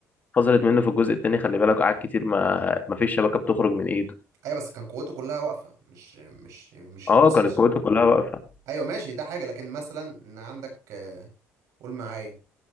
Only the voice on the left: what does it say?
فصلت منه في الجزء التاني خلي بالك قعد كتير ما ما فيش شبكة بتخرج من إيده
آه
كانت قوته كلها واقفة